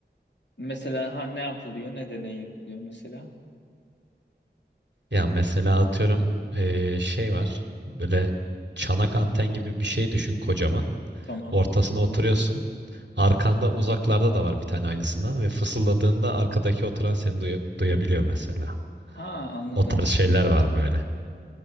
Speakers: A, on the left; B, on the right.
A: mesela ha ne yapılıyor, ne deney yapılıyor mesela.
B: Ya mesela atıyorum eee, şey var. Böyle çanak anten gibi bir şey düşün kocaman.
A: Tamam.
B: Ortasına oturuyorsun. Arkanda uzaklarda da var bir tane aynısından ve fısıldadığında arkadaki oturan seni duya- duyabiliyor mesela.
A: Ha anladım.
B: O tarz şeyler var böyle.